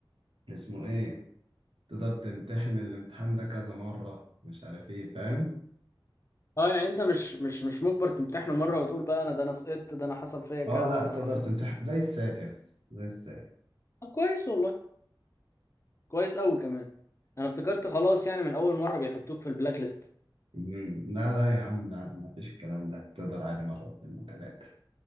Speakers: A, on the right; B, on the left.
A: اسمه ايه تقدر تمتحن الامتحان ده كذا مرة مش عارف ايه فاهم
B: اه يعني انت مش مش مش مجبر تمتحنه مره وتقول بقى انا ده انا سقطت ده انا حصل فيا كذا
A: اه لا
B: ده
A: تقدر
B: انا حصل
A: تمتحن
B: في...
A: زي السات يا اسطى زي السات
B: طب كويس والله كويس قوي كمان انا افتكرت خلاص يعني من اول مره بيحطوك في البلاك ليست
A: مم. لا لا يا عم لا مفيش الكلام ده تقدر عادي مرة واثنين وثلاثة